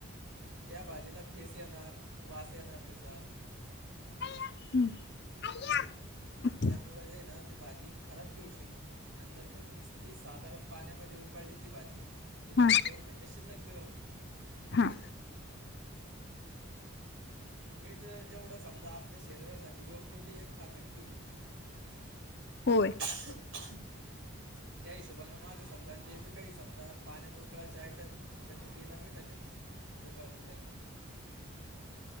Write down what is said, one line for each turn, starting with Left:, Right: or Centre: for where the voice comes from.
Right: त्या भाजीला फेस येणार वास येणार तिचा.
Left: हम्म.
Right: त्यामुळे जे ना ती भाजी खराब बी होऊ शकती. आणी जर तुम्ही निसती साधारण पाण्यामध्ये उकळली ती भाजी ती
Left: हा
Right: भाजी दोन घंटे शिल्लक भी राहू शकते.
Left: हा
Right: मीठ जेवढं समजा आपल्या शरीरासाठी योग्य बी घातक बी आहे.
Left: होय.
Right: ह त्या हिशोबनें माझं समजा जे बी काई समजा पाण्यात उकळायच्या आयटम आहे. तर मी बिना मिठाचच उकाळतो त्यांना.